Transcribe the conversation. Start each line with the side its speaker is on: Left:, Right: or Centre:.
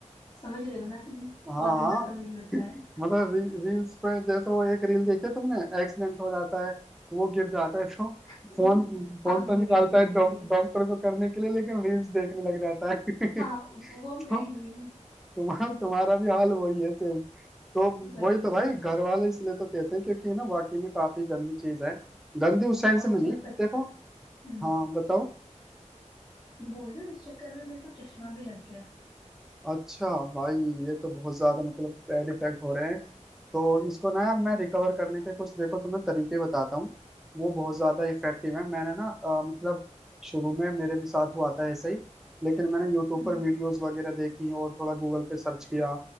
Left: समझ रहे हो ना तुम
Centre: हाँ
Left: बहुत गंदा
Centre: हाँ
Left: सा फील होता
Centre: <laughs>
Left: है
Centre: मतलब री, रील्स पे जैसे वो एक रील देखी है तुमने एक्सीडेंट हो जाता है वो गिर जाता है तो
Left: <laughs>
Centre: फोन फोन
Left: हाँ मैंने
Centre: तो निकालता
Left: देखी
Centre: है
Left: है देखी
Centre: डॉक-
Left: है
Centre: डॉक्टर को करने के लिए लेकिन रील्स देखने लग जाता है
Left: हाँ
Centre: <laughs>
Left: वो
Centre: तो
Left: मैं ही हूँ
Centre: तुम्हारा तुम्हारा भी हाल वही है सेम तो
Left: वही
Centre: वही तो
Left: हूँ
Centre: भाई घर वाले इसलिए तो कहते हैं क्योंकि ना वाकई में काफी गंदी चीज है गंदी उस सेंस
Left: और
Centre: में
Left: तुम्हें
Centre: नहीं देखो
Left: पता
Centre: हाँ बताओ
Left: मैं बोल रही हूँ इस चक्कर में मेरे को चश्मा भी लग गया
Centre: अच्छा भाई ये तो बहुत ज्यादा मतलब बैड इफेक्ट हो रहे हैं तो इसको ना यार मैं
Left: हम्म,
Centre: रिकवर करने के कुछ देखो तुम्हें तरीके बताता हूँ वो बहुत ज्यादा इफेक्टिव है मैंने ना अ, मतलब शुरू में मेरे भी साथ हुआ था ऐसे ही लेकिन मैंने यूट्यूब
Left: हम्म
Centre: पर वीडियोस वगैरह देखी और थोड़ा गूगल पे सर्च किया